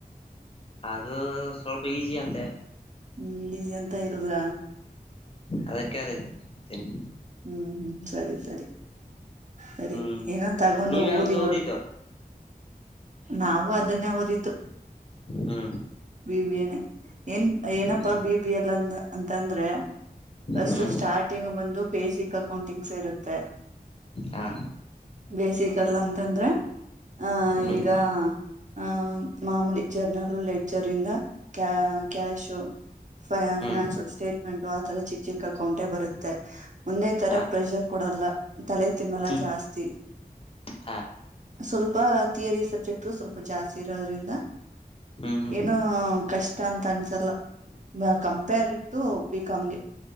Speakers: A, on the left; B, on the right.
A: ಅದು ಸ್ವಲ್ಪ ಈಸಿ ಅಂತೆ
B: ಹ್ಮ್ ಇದ ಎಂತ ಇಲ್ದ್ರ
A: ಅದಕ್ಕೆದತನ್ಿ
B: ಹ್ಮ್ ಹ್ಮ್ ಸರಿ ಸರಿ ಸರಿ
A: ಹ್ಮ್
B: ಏನ ತಗೊಂಡು
A: ನೀವ್ ಯಾವ್ದು
B: ಓದಿ ಹೋಳ
A: ಓದಿದ್ದು
B: ನಾವು ಅದನ್ನೇ ಓದಿದ್ದು
A: ಹಾ
B: ಬಿಬಿ ಎ ಏನ್ ಏನಪ್ಪಾ
A: ಹ್ಮ್
B: ಬಿಬ ಎಲ್ಲಂದ ಅಂತಂದ್ರೆ ಫಸ್ಟು
A: ಹ್ಮ್
B: ಸ್ಟಾರ್ಟಿಂಗ್ ಬಂದು ಬೇಸಿಕ್ ಅಕೌಂಟಿಂಗ್ಸ್ ಇರುತ್ತೆ
A: ಹಾ
B: ಬೇಸಿಕಲ್ಲ ಅಂತಂದ್ರೆ ಆ
A: ಹ್ಮ್
B: ಈಗ ಆ ಮಾಮೂಡಿ ಜರ್ನರುಲೆಟ್ ರಿಂದ ಕ ಕ್ಯಾಶು
A: ಹ್ಮ್
B: ಫಿನಾನ್ಸಿಯಲ್ ಸ್ಟೇಟ್ಮೆಂಟ್ು ಆ ತರ ಚಿಕ್ಕ ಚಿಕ್ಕ ಅಕೌಂಟೆ ಬರುತ್ತೆ ಒಂದೇ ತರ
A: ಹಾ
B: ಪ್ರೆಷರ್ ಕೂಡ ಲ್ಲ ತಲೆ ತಿನ್ನಲ್ಲ
A: ಹ್ಮ್
B: ಜಾಸ್ತಿ
A: ಹಾ
B: ಸ್ವಲ್ಪ ಥಿಯರಿ ಸಬ್ಜೆಕ್ಟ್ ಸ್ವಲ್ಪ ಜಾಸ್ತಿ ಇರೋದ್ರಿಂದ
A: ಹ್ಮ್ ಹ್ಮ್
B: ಏನ ಕಷ್ಟ ಅಂತ ಅನ್ಸಲ್ಲ ಕಂಪೇರ್ ಇಟ್ಟು ಬಿಿಕಾಾಮ್ಗೆ